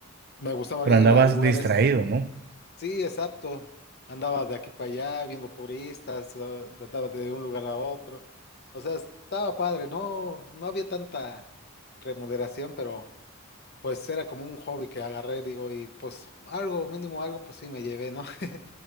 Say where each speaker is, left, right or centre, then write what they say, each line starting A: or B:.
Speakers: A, on the left (about 50°); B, on the right (about 45°).
A: me gustaba
B: pero
A: ir
B: andabas
A: a lugares,
B: distraído, ¿no?
A: sí, exacto. Andaba de aquí para allá viendo turistas, ah, andaba de un lugar a otro. O sea, estaba padre, no, no había tanta remuneración, pero pues era como un hobby que agarré, digo, y pues algo, mínimo algo, pues sí me llevé, ¿no? <laughs>